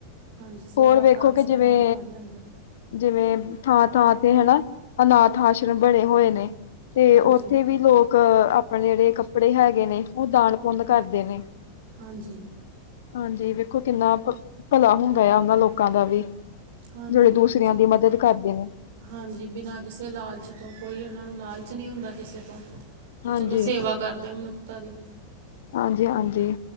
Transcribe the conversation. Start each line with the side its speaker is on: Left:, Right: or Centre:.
Right: ਹਾਂਜੀ ਸੇਵਾ
Left: ਹੋਰ ਵੇਖੋ
Right: ਕਾਰਜ
Left: ਕਿ ਜਿਵੇਂ
Right: ਕਰਨ ਨਾਲ ਪੜ੍ਹ ਲੈਂਦੇ
Left: ਜਿਵੇਂ, ਥਾਂ ਥਾਂ ਤੇ ਹਨਾ, ਅਨਾਥ ਆਸ਼ਰਮ ਬਣੇ ਹੋਏ ਨੇ ਤੇ
Right: ਹਾਂਜੀ
Left: ਉੱਥੇ ਵੀ ਲੋਕ ਆਪਣੇ ਜਿਹੜੇ ਕੱਪੜੇ ਹੈਗੇ ਨੇ, ਉਹ ਦਾਨ ਪੁੰਨ ਕਰਦੇ ਨੇ।
Right: ਹਾਂਜੀ,
Left: ਹਾਂਜੀ, ਵੇਖੋ ਕਿੰਨਾ ਭਲਾ ਹੁੰਦਾ ਆ ਉਹਨਾਂ ਲੋਕ ਲੋਕਾਂ ਦਾ ਵੀ,
Right: ਹਾਂਜੀ
Left: ਜਿਹੜੇ ਦੂਸਰਿਆਂ
Right: ਚਲੋ
Left: ਦੀ ਮਦਦ ਕਰਦੇ ਨੇ।
Right: ਹਾਂਜੀ, ਬਿਨਾਂ ਕਿਸੇ ਲਾਲਚ ਤੋਂ, ਕੋਈ ਉਹਨਾਂ ਨੂੰ ਲਾਲਚ ਨਹੀਂ ਹੁੰਦਾ ਕਿਸੇ ਤੋਂ ਤੇ
Left: ਹਾਂਜੀ
Right: ਚਲੋ, ਸੇਵਾ ਕਰਦੇ ਮਨੁੱਖਤਾ ਦੀ
Left: ਹਾਂਜੀ- ਹਾਂਜੀ,